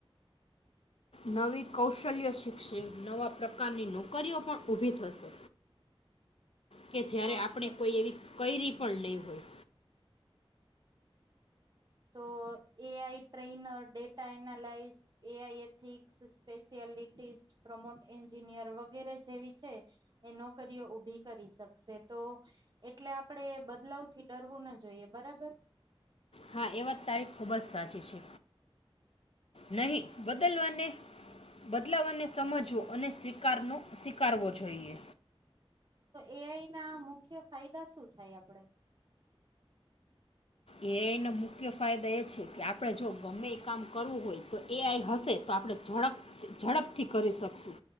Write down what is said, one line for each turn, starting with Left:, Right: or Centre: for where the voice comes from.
Left: નવી કૌશલ્ય શીખશે નવા પ્રકારની નોકરીઓ પણ ઉઊભી થશે કે જય્યારે
Right: હા
Left: આપણે
Right: તો
Left: કોઈ એવી કઈ રી પડલે હોય
Right: તો A I trainer, data analyst, A I ethics, specialist, prompt engineer વગેરે જેવી છે એ નોકરીઓ ઊભી કરી શકશે તો એટલે આપણેે બદલાવ થી ડરવું ન જોઈએ બરાબર.
Left: હા, એ વાત તારી ખુબ જ સાચી છે નહી બદલવાને બ તલાવને સમજવો અને સ્વીકારનો સ્વીકારવો જોઈએ.
Right: એ આઈ ના મુખ્ય ફાયદા શું થાય આપડે?
Left: એ આઈ ના મુખ્ય ફાયદા એ છે કે આપડે જો ગમે એ કામ કરવું હોય તો એ આઈ હશે તો આપડે ઝડપ ઝડપથી કરી શકશું.